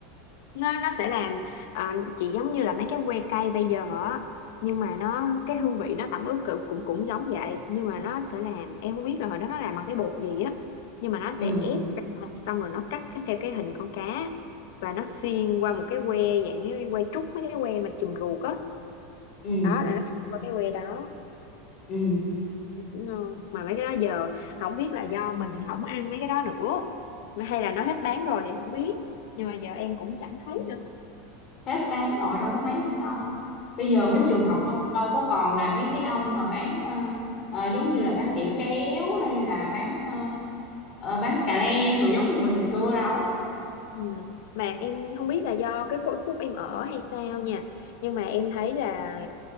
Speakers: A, on the left (about 70°); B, on the left (about 35°).
A: nó nó sẽ làm à, chỉ giống như là mấy cái que cây bây giờ á nhưng mà nó cái hương vị nó tẩm ướp cũng cũng cũng giống vậy nhưng mà nó sẽ làm em không biết là hồi đó nó làm bằng cái bột gì á nhưng mà nó sẽ
B: ừ
A: ép ra, xong rồi nó cắt cái- theo cái hình con cá và nó xiên qua một cái que dạng như que trúc mấy cái que mà chùm ruột á
B: ừ
A: đó là nó xiên qua cái que đó
B: ừ
A: Đúng không? mà mấy cái đó giờ không biết là do mình không ăn mấy cái đó nữa hay là nó hết bán rồi thì không biết nhưng mà giờ em cũng chẳng thấy nữa
B: hết bán rồi đâu có thấy nữa đâu bây giờ
A: Ừ.
B: mấy trường học đâu đâu có còn là mấy cái ông mà bán ờ, ờ, giống như là bán kẹo kéo hay là bán ờ, ờ, bán cà lem đồ giống như mình hồi xưa đâu
A: Ừ. Mà em không biết là do cái khối khúc em ở hay sao nha nhưng mà em thấy là